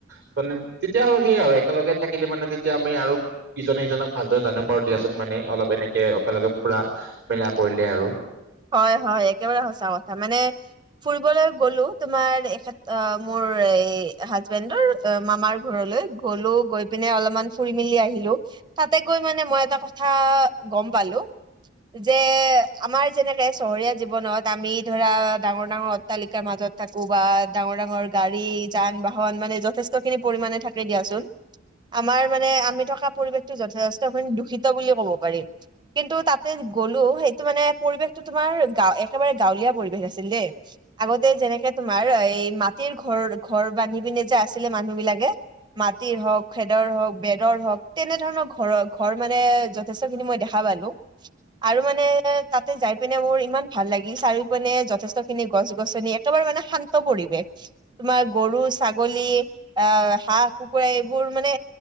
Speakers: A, on the right (about 65°); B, on the right (about 20°).
A: <unintelligible> তেতিয়া সেই আৰু একেলগে থাকিলে মানে তেতিয়া আমি আৰু ইজনে সিজনক ভালদৰে জানিব পাৰো দিয়াচোন মানে অলপ এনেকে একেলগে ফুৰা মেলা কৰিলে আৰু
B: হয় হয় একেবাৰে সঁচা কথা মানে ফুৰিবলৈ গ'লো তোমাৰ এখেত, অ মোৰ এই হাজবেণ্ডৰ মামাৰ ঘৰলৈ গ'লো গৈ পিনে অলপমান ফুৰি মেলি আহিলো। তাতে গৈ মানে মই এটা কথা গম পালো যে আমাৰ, যেনেকে চহৰীয়া জীৱনত আমি ধৰা ডাঙৰ ডাঙৰ অট্টালিকাৰ মাজত থাকো বা, ডাঙৰ ডাঙৰ গাড়ী যান বাহন মানে যথেষ্ট খিনি পৰিমণে থাকে দিয়াচোন। আমাৰ মানে আমি থকা পৰিৱেশটো যথেষ্টি খিনি দূষিত বুলি ক'ব পাৰি। কিন্তু তাতে গ'লো সেইটো মানে পৰিৱেশটো তোমাৰ গা, একেবাৰে গাঁৱলীয়া পৰিৱেশ আছিল দেই। আগতে যেনেকে তোমাৰ এই মাটিৰ ঘৰ ঘৰ বান্ধি পিনে যে আছিলে মানুহ বিলাকে। মাটিৰ হওক খেদৰ হওক বেদৰ হওক তেনেধৰণৰ ঘৰৰ ঘৰ মানে য যথেষ্টখিনি মই দেখা পালো আৰু মানে তাতে যাই, পিনে মোৰ ইমান ভাল লাগিল চাৰিও পিনে যথেষ্ট খিনি গছ গছনি একেবাৰে মানে শান্ত পৰিৱেশ। তোমাৰ গৰু ছাগলী আহ হাঁহ, কুকুৰা এইবোৰ মানে